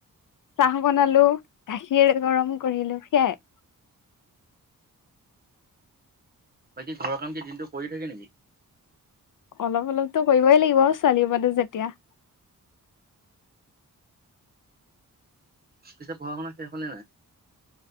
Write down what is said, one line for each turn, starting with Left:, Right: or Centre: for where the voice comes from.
Left: চাহ বনালো গাখীৰ গৰম কৰিলো সেয়াই
Right: <unintelligible> বাকী ঘৰৰ কাম কি দিনটো কৰি থাকে নেকি
Left: অলপ অলপতো কৰিবই লাগিব ছোৱালী মানুহ যেতিয়া
Right: পিছে পঢ়া শুনা শেষ হলে নাই।